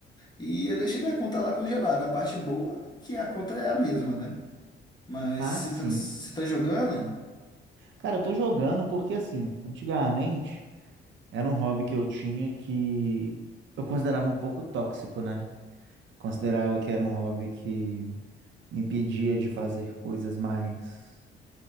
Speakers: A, on the left; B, on the right.
A: E eu deixei minha conta lá congelada. A parte boa é que a conta é a mesma, né? Mas
B: Ah,
A: você
B: sim.
A: tá, você tá jogando?
B: Cara, eu tô jogando porque, assim, antigamente era um hobby que eu tinha que eu considerava um pouco tóxico, né? Considerava que era um hobby que me impedia de fazer coisas mais,